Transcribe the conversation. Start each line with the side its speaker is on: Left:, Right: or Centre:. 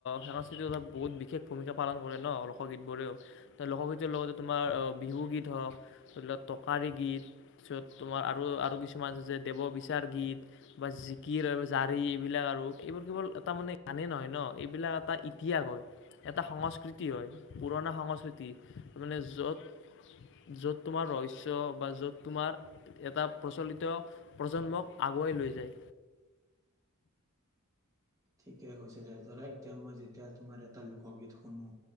Left: সাংস্কৃতিক এটা বহুত বিশেষ ভূমিকা পালন কৰে ন লোকগীতবোৰেও লোকগীতৰ লগতে তোমাৰ বিহুগীত হওক ধৰি লক টকাৰী গীত তাৰপিছত তোমাৰ আৰু আৰু কিছুমান আছে যে দেৱ বিচাৰ গীত বা জিকিৰ জাৰি এইবিলাক আৰু এইবোৰ কেৱল এটা মানে গানেই নহয় ন এইবিলাক এটা ইতিহাস হয় এটা সংস্কৃতি হয় পুৰণা সংস্কৃতি মানে যত যত তোমাৰ ৰহস্য় বা য'ত তোমাৰ এটা প্ৰচলিত প্ৰজন্মক আগ আগুৱাই লৈ যায়।
Right: ঠিকে কৈছে দে ধৰা এতিয়া মই যেতিয়া তোমাৰ এটা লোকগীত শুনো